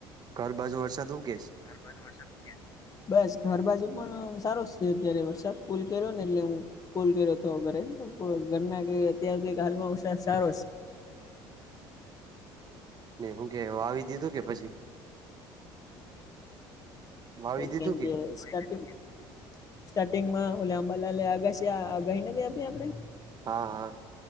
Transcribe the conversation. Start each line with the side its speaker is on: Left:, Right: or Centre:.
Right: ઘર બાજુ વરસાદ હું કેશ
Left: ઘર બાજુ વરસાદ શું કે બસ ઘર બાજુ પણ સારો જ છે અત્યારે વરસાદ કુલ કર્યો ને એટલે હું કુલ કર્યો હતો ઘરે તો ઘરના ક અત્યાર કઈ હાલમાં વસાદ સારો છે.
Right: ને હું કે વાવી દીધું કે પછી વાવી
Left: તો
Right: દીધું
Left: કેમ કે સ્ટાર્ટિંગ. સ્ટાર્ટિંગમાં ઓલા આંબાલાલ <unintelligible> આગાહી નથી આપી આપડે
Right: હા હા